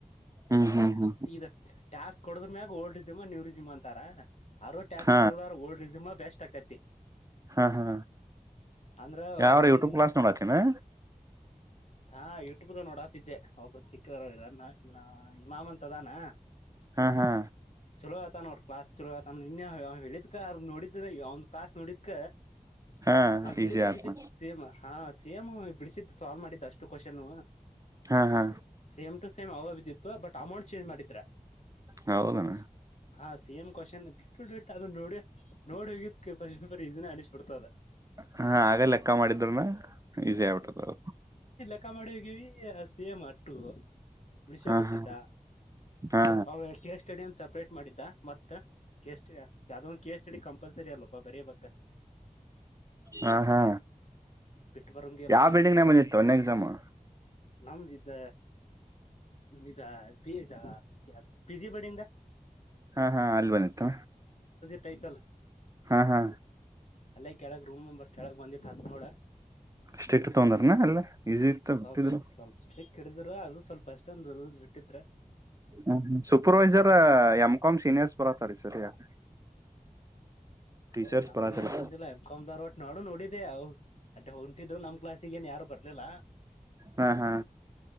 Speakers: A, on the right (about 25°); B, on the left (about 55°).
A: ಹ್ಮ್ ಹ್ಮ್ ಹ್ಮ್
B: ಇದು ಟಾಸ್ಕ ಕೊಡದ್ರ ಮ್ಯಾಗ ಓಲ್ಡ್ ಜಿಮಾ ನೀವರು ಜಿಮಾ ಅಂತಾರ ಯರು ಟ್ಯಾಕ್ಸ್ಗಳುದ
A: ಹಾ
B: ಓಲ್ಡಿಸಮ್ ಬೆಸ್ಟ್ ಆಕತಿ
A: ಹಾ ಹಾ
B: ಅಂದ್ರೆ
A: ಯಾವ್ರ
B: ಓಲ್ಡಿಸ್
A: ಯೂಟ್ಯೂಬ್ ಕ್ಲಾಸ್ ನೋಡ್ತೇನಾ
B: ಹಾ ಯೂಟ್ಯೂಬ ನೋಡಾತಿದ್ದೆ ಒಬ್ಬ ಸಿಕ್ಕರೋ ಇಿಲ್ಲಾ ನಾ ಹಿಮಾಮಂತದನ
A: ಹಾ ಹಾ
B: ತ ಅವ್ರ ಕ್ಲಾಸ್ ಶುರು ಆಯ್ತಾನಾ ನಿನ್ನೆ ಹೇಳಿದ್ ನೋಡಿ <unintelligible> ಈ ಅವನ್ ತಾಸ್ ನೋಡಿದ್ಕ
A: ಹಾ
B: ಅವ್ ಹೇಳಿದ
A: ಈಸಿ ಆತ್ಮ
B: ಬಿದ್ದಿತ್ ಹಾ ಸಿಎಮ ಬಿಡಿಸಿದ್ ಸಾಲ್ವ್ ಮಾಡಿದ್ದ್ ಅಷ್ಟು ಕ್ವಶನ್
A: ಹಾ ಹಾ
B: ಸೇಮ್ ಟು ಸೇಮ್ ಅವ ಬಿದ್ದಿತ್ತು ಬಟ್ ಅಮೌಂಟ್ ಚೇಂಜ್ ಮಾಡಿದ್ರೆ
A: ಹೌದಣ
B: ಹಾ ಸೇಮ ಕ್ವೆಷನ್ ಡೆಟ್ ಒ ಡೆಟ್ ಅದು ನೋಡಿ ನೋಡಿ ಹೋಗಿದರ್ ಇದಿನ ಅಡಿಸಿಸಿಬ ಬಿಡ್ತದ
A: ಹಾ ಹಾಗಗ ಲೆಕ್ಕ ಮಾಡಿದ ಅ ಈಸಿ ಆಗ್ಬಿಟ್ಟದ ಅದು
B: ಚಕ್ಕ ಮಾಡಿ ಹೋಗಿವವಿ ಸೇಮ್ ಅಟ್ಟು ಮುಳಿಸಿ
A: ಹಾ
B: ಬಿಟ್ಟಿದ್ದ
A: ಹಾ ಹಾ
B: ಅವ ಕೇಸ್ ಸ್ಟೆಡಿ ಅ ಸಪ್ರೇಟ್ ಮಾಡಿದ್ದ ಮತ್ತ ಕೆಸ್ ಯಾವದೊ ಒಂದು ಕೆಸ್ ಸ್ಟೆಡಿ ಕಂಪ್ ಅಧ್ಸರಿ ಅಲ್ಲಪ್ಪ ಬರ ಬ
A: ಹಾ ಹಾ
B: ಬಿಟ್ಟು ಬರಂಗೆ ಇಲ್ಲ
A: ಯಾವ
B: ಕೇಸ್
A: ಬಿಲ್ಡಿಂಗ್ ನ ಮಂದ ಇತ್ತು ಎಕ್ಸಾಮು
B: ನಮ್ದ ಇದ ಇದ ಇದ ಪಿ ಜಿ ಬಡಿಂದ
A: ಹಾ ಹಾ ಅಲ್ಲಿ ಬಂದಿತ್ತು
B: ತೈತಲ
A: ಹಾ ಹಾ
B: ಅಲ್ಲೇ ಕೆಳಗ್ ರೂಮ್ಂಬರ್ ಕೆಳಗ್ ಬಂದಿ ತಂತೋಳ
A: ಸ್ಟ್ರಿಕ್ಟ್ ತೊಂದ್ರನ ಅಲ್ಲ ಈಸಿ ಇತ್ತ
B: ಸ್ವಲ್ಪ
A: ಬಿಟ್ಟಿದ್ರು
B: ಸ್ವಲ್ಪ ಸ್ಟ್ರಿಕ್ಟ್ ಹಿಡಿದರೂ ಅದು ಸ್ವಲ್ಪ ಅಷ್ಟೊಂದು ಲೂಸ್ ಬಿಟ್ಟಿದ್ರೆ
A: ಹ್ಮ್ ಹ್ಮ್ ಸೂಪರ್ವೈಸರ್ ಎಮ್ ಕಾಮ್ ಸೀನಿಯರ್ಸ್ ಬರತ್ತಾರೀ ಸರ್ ಯಾಕ ಟೀಚರ್ಸ್
B: ಹೌ ನಮ್ಗೆ
A: ಬರತ್ತಲ್ಲ
B: ಏನ್ ಬಂದಿಲ್ಲ ಎಮ್ ಕಾಮ್ ಒಟ್ ನಡು ನೋಡಿ ಅ ಅದೇ ಹೊಂಟಿದು ನಮ್ ಕ್ಲಾಾಸಗ ಏನ್ ಯಾರು ಬರ್ಲಿಲ್ಲ
A: ಹಾ ಹಾ